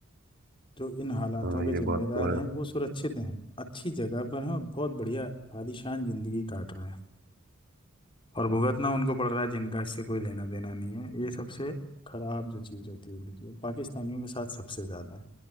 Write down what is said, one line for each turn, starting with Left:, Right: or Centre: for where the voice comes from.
Left: जो इन हालातों
Right: हाँ
Left: के
Right: ये
Left: जिम्मेदार
Right: बात तो
Left: हैं
Right: है
Left: वो सुरक्षित हैं अच्छी जगह पर हैं और बहुत बढ़िया आलीशान जिंदगी काट रहे हैं और भुगतना उनको पड़ रहा है जिनका इससे कोई लेना देना नहीं है ये सबसे खराब जो चीज़ होती है देखिए पाकिस्तानियों के साथ सबसे ज़्यादा है